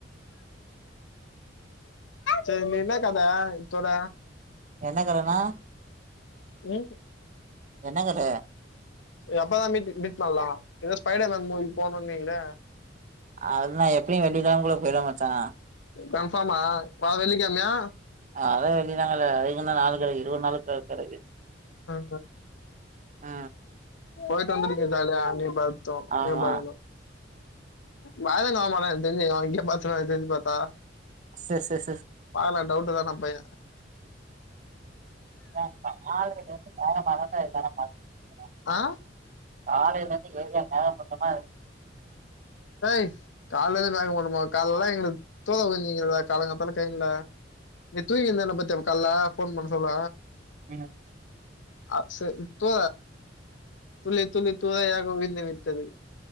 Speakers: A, on the left; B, on the right.
A: சேர் நீ இன்னா கத இத்தோட
B: என்ன கதனா
A: <unintelligible>
B: என்ன கத
A: எப்பதா மீட்டு மீட் பண்லா எதோ ஸ்பைடர் மேன் மூவிக் போணுன்னீங்களே
B: அதல்லான் எப்பியு வெள்ளிக்கெழம்க்குள்ள போய்ல்லா மாச்சா
A: கன்ஃபாமா வர வெள்ளிக்கெழ்ம்யா
B: ஆ அதா வெள்ளினாங்கள வெள்ளினா அதுக்கு இன்னு நாளு கெடக்கு இருவத் நாளு கெடக்கு
A: அ அ
B: ஆ
A: போய்ட்டு வந்திட்வீங்க ஜாலியா நீ பரத்து
B: ஆமா
A: நீயு பரத்து மதன் வர மாட்டா எனக் தெரிஞ்சு <unintelligible> பாத்தா
B: சேர் சேர் சே
A: பாக்கலா டவுட்டு தா நம் பைய
B: <unintelligible>
A: ஆ
B: காலையில இருந்து எரியா மேகமூட்டமா இருக்
A: ஏய் கால்லந்து மேகமூட்டமாவா கால்லெல்லா எங்களுக் தூறல் பேஞ்சிங்கிதுடு காலங்காத்தால கழினில நீ தூங்கினிந்தல பாத்தியா கால்ல ஃபோன் பண்ண சொல்ல
B: ம்
A: அ செ தூ துளி துளி துளியாக விழுந்து விட்டது